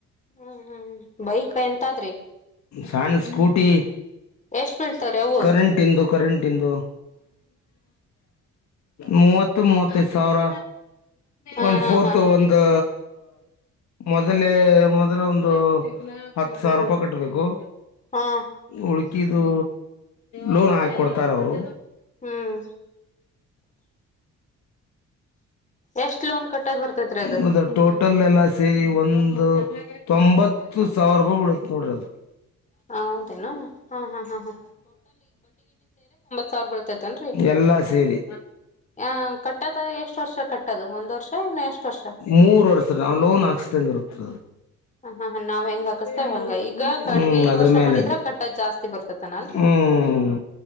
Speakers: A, on the left; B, on the left.
A: ಹ್ಮ್ ಹ್ಮ್ ಬೈಕ್ ಎಂತಾದ್ರಿ
B: ಸಣ್ಣ ಸ್ಕೂಟಿ
A: ಎಷ್ಟ್ ಬೀಳ್ತಾವ್ರಿ ಅವು
B: ಕರೆಂಟ್ಯಿಂದು ಕರೆಂಟ್ಯಿಂದು ಮೂವತ್ತು ಮೂವತ್ತೈದ ಸಾವಿರ
A: ಹಾ
B: ಒಂದು
A: ಹಾ
B: ಫೋರ್ತ್
A: ಹಾ
B: ಒಂದು ಮೊದಲೇ ಮೊದಲ ಒಂದು ಹತ್ತು ಸಾವಿರ
A: ಹ್ಮ್
B: ರೂಪಾಯಿ ಕಟ್ಟಬೇಕು
A: ಹಾ
B: ಉಳ್ಕಿದು ಲೋನ್ ಹಾಕಿಕೊಡ್ತಾರೆ ಅವರು
A: ಹ್ಮ್ ಎಷ್ಟ್ ಲೋನ್ ಕಟ್ಟದ್ ಬರ್ತೇತ್ರಿ ಅದು
B: ಹೌದ ಟೋಟಲ್ ಎಲ್ಲ ಸೇರಿ ಸೇರಿ ಒಂದು ತೊಂಬತ್ತು ಸಾವಿರ ರೂಪಾಯಿ ಬೀಳುತ್ತೆ ನೋಡ್ರಿ ಅದು
A: ಹ ಹೌದೇನು ಹಾ ಹಾ ಹ ಹ ಸಾವಿರ ಬೀಳ್ತೇತೇನ್ರರಿ
B: ಎಲ್ಲಾ ಸೇರೀ
A: ಆ ಕಟ್ಟದ ಎಷ್ಟ್ ವರ್ಷ ಕಟ್ಟದು ಒಂದ್ ವರ್ಷ ಇನ್ನು ಎಷ್ಟ್ ವರ್ಷ
B: ಮೂರ್ ವರ್ಷ ನಾವ್ ಲೋನ್ ಹಾಕ್ಸ್ದಂಗ ಇರುತ್ತ
A: ಹ ಹಾ ಹ ನಾವ್ ಹೆಂಗ್ ಹಾಕಸ್ತೇವ್
B: ಅದು
A: ಹಂಗ ಈಗ ಕಡ್ಮಿ
B: ಹ್ಮ್ ಅದ್ರ
A: ವರ್ಷ
B: ಮೇಲೆ
A: ಮಾಡಿದ್ರ
B: ಅದು
A: ಕಟ್ಟದ್ ಜಾಸ್ತಿ ಬರ್ತತನ ಅಲ್ರರಿ
B: ಹ್ಮ್